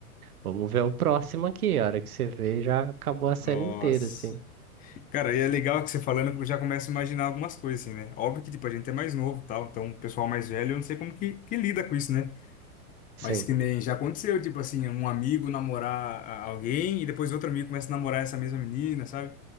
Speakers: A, on the right (about 75°); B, on the left (about 20°).
A: vamos ver o próximo aqui. A hora que você vê, já acabou a série
B: Nossa.
A: inteira, assim.
B: Cara, e é legal que você falando que eu já começo a imaginar algumas coisas, assim, né? Óbvio que, tipo, a gente é mais novo, e tal, então o pessoal mais velho, eu não sei como que, que lida com isso, né?
A: Sim.
B: Mas que nem já aconteceu, tipo assim, um amigo namorar a- alguém e depois outro amigo começa a namorar essa mesma menina, sabe?